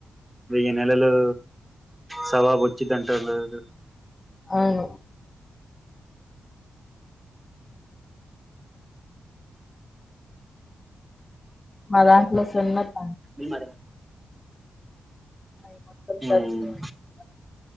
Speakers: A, in the centre; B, on the left.
A: వెయ్యి నెలలూ సవాబొచ్చిదంట <unintelligible>
B: ఔను. మ దాంట్లొ సున్నత్త
A: మీ మర
B: నైట్ మొత్తం
A: ఉమ్
B: చదువుతూ ఉంటం